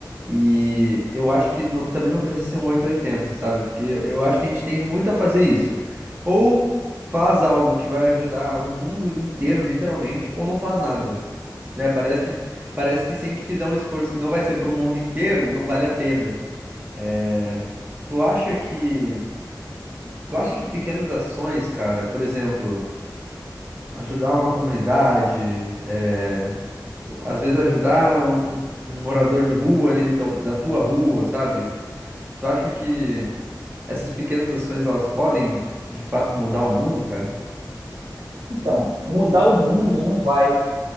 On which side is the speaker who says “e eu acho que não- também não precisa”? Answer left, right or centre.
Right